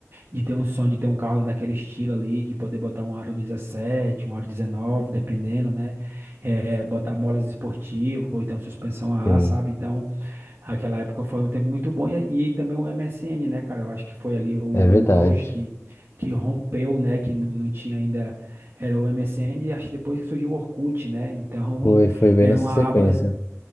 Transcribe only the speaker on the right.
De ter um sonho de ter um carro daquele estilo ali, de poder botar um aro 17, um aro 19, dependendo, né? Eh, botar molas esportivas, ou então suspensão a ar,
sabe? Então, aquela época foi um tempo muito bom. E, e também o MSN, né, cara? Eu acho que foi ali o,
o auge que, que rompeu, né? Que não, não tinha ainda. Era o MSN, e acho que depois que surgiu o Orkut, né? Então,
era
uma
aba